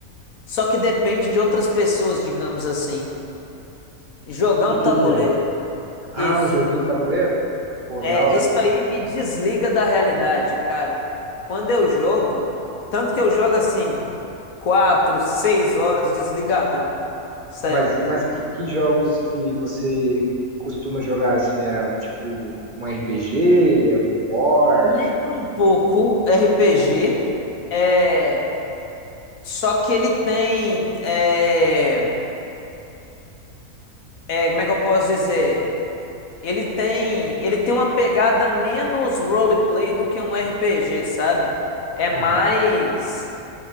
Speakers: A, on the left; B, on the right.
A: só que depende de outras pessoas, digamos assim: jogar
B: O
A: um
B: que
A: tabuleiro.
B: que é? Ah,
A: Isso.
B: um joguinho de tabuleiro? Pô,
A: É,
B: da hora.
A: isso aí me desliga da realidade, cara. Quando eu jogo, tanto que eu jogo assim, quatro, seis horas desligadão. Sério.
B: Mas, mas que, que jogos que você costuma jogar, assim, é tipo um RPG, é um War?
A: Lembra um pouco RPG, é, só que ele tem, é, é, como é que eu posso dizer? Ele tem, ele tem uma pegada menos roleplay do que um RPG, sabe? É mais,
B: Uhum.